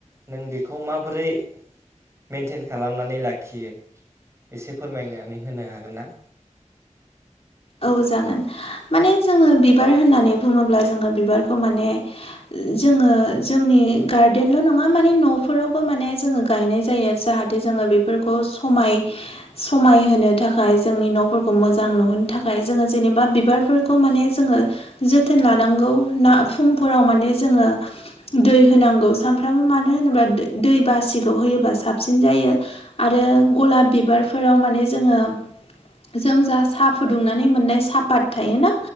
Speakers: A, on the right; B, on the left.
A: नों बेखौ माबोरै मेेनटेन खालामनानै लाखियो एसे फोरमायनानै होनो हागोन ना?
B: औ जागोन माने जोङो बिबार होननानै बुङोब्ला जोङो बिबारखौ माने जोङो जोंनि गार्देनल' नङा माने न'फोरावबो माने जोङो गायनाय जायो जाहा थे जोङो बेफोरखौ समाय समायहोनो थाखाय जोंनि न'फोरखौ मोजां नुहोनो थाखाय थाखाय जोङो जेनेबा बिबारफोरखौ माने जोङो जोथोन लानांगौ ना फुंफोराव माने जोङो दै होनांगौ सानफ्रामबो मानो होनोबा दै दै बासिखौ होयोबा साबसिन जायो। आरो गलाब बिबारफोराव माने जोङो जों जा साफु फुदुंनानै मोननाय सापात थायोना